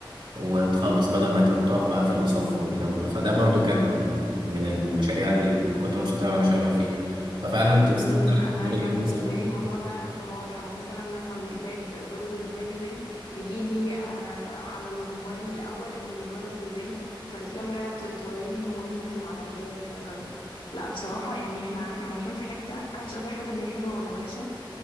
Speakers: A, on the right (about 75°); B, on the left (about 80°).
A: وتخلص بدل ما تق- تقف بقى في الصف والجو ده فده برضو كان من المشاريع اللي كنت مبسوط قوي وانا شغال فيها ففعلا انت استخدام
B: امم انا
A: التكنولوجيا
B: كان
A: كويس
B: بالنسبه
A: قوي
B: لي الموضوع ده انبهار او مثلا لما الباب جرس الباب يرن يجي لي آه على الموبايل الاول ان الجرس بيرن فالكاميرا ت- توريني هو مين اللي على الباب ف لا بصراحه يعني احنا احنا رايحين في حته انا مش قادره احدد هي حلوه ولا وحشه